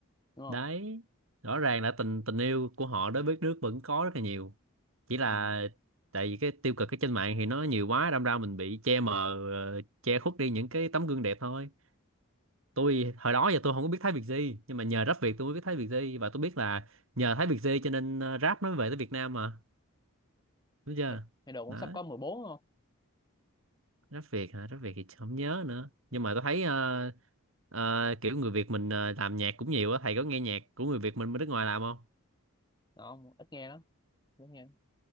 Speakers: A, on the left (about 20°); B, on the right (about 65°).
A: đúng không
B: đấy rõ ràng là tình tình yêu của họ đối với nước vẫn có rất là nhiều chỉ là
A: ừ.
B: tại vì cái tiêu cực ở trên mạng thì nó nhiều quá đâm ra mình bị che mờ ờ, che khuất đi những cái tấm gương đẹp thôi tôi hồi đó giờ tôi không có biết Thái Việt gì nhưng mà nhờ rap Việt tôi mới biết Thái Việt gì và tôi biết là nhờ Thái Việt gì cho nên ờ, rap nó mới về tới Việt Nam mà đúng chưa
A: nghe, nghe đồn cũng
B: đó
A: sắp có 14 đúng không
B: rap Việt hả rap Việt thì không nhớ nữa nhưng mà tôi thấy ờ, ờ, kiểu người Việt mình ờ, làm nhạc cũng nhiều á thầy có nghe nhạc của người Việt mình bên nước ngoài làm không
A: đó, ít nghe lắm ít nghe